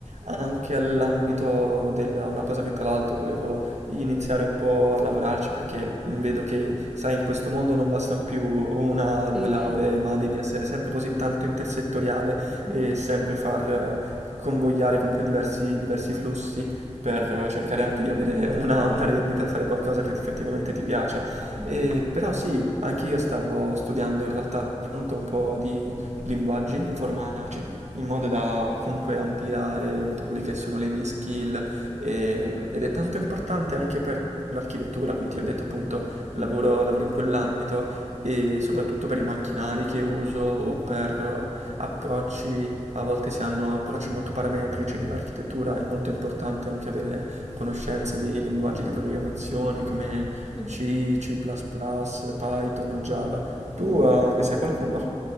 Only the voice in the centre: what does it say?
Mm.
Mhm.
Mhm.
Mhm.
Mhm.
Mhm.
Mhm.
Mhm.